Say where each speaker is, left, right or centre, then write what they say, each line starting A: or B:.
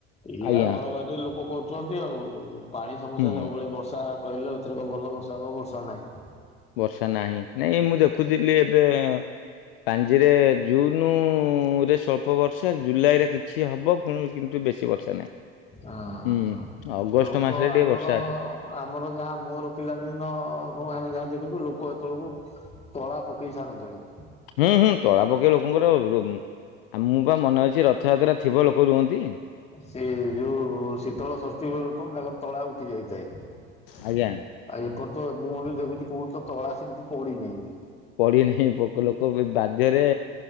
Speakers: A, on the left; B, on the left.
A: ଏଇଆ
B: ଆଜ୍ଞା
A: ଘର ବାଡିରେ ଲୋକ କରୁଚନ୍ତି ଆଉ ପାଣି ସମସ୍ୟା
B: ହୁଁ
A: ସବୁବେଳେ ବର୍ଷା କହିଲ ଏଥର କଣ ଭଲ ବର୍ଷା ହବ ବର୍ଷା ନାହିଁ।
B: ବର୍ଷା ନାହିଁ ନାଇଁ ମୁଁ ଦେଖୁଥିଲି ଏବେ ପାଞ୍ଜିରେ ଜୁନ୍ ନୁଁ ରେ ସ୍ୱଳ୍ପ ବର୍ଷା ଜୁଲାଇରେ କିଛି ହବ ପୁଣି କିନ୍ତୁ ବେଶୀ ବର୍ଷା ନାହିଁ।
A: ଅହ
B: ହୁଁ ଅଗଷ୍ଟ
A: ଲୋକ
B: ମାସରେ ଟିକେ
A: ଆମର
B: ବର୍ଷା ଅଛି
A: ଆମର ଯାହା ମୋର ପିଲାଦିନ ଏବଂ ଆମେ ଯାହା ଦେଖୁଥୁଲୁ ଲୋକ ଏତେଳକୁ ତଳା ପକେଇ ସାରନ୍ତଣି।
B: ହୁଁ-ହୁଁ ତଳା ପକେଇ ଲୋକଙ୍କର ରୋମ୍, ଆ ମୁଁବା ମନେଅଛି ରଥଯାତ୍ରା ଥିବ ଲୋକ ରୁଅନ୍ତି।
A: ସେ ଯୋଉ ଶୀତଳ ଷଷ୍ଠୀବେଳଠୁ ତାଙ୍କର ତଳା ଉଠି ଯାଇଥାଏ। ଆଉ
B: ଆଜ୍ଞା
A: ଏପଟ ତ ମୁଁ ଏବେ ଦେଖୁଚି କୋଉଠି ତଳା ସେମିତି ପଡିନାହିଁବି?
B: ପଡିନେହିଁ ପୋକ ଲୋକ ବି ବାଧ୍ୟରେ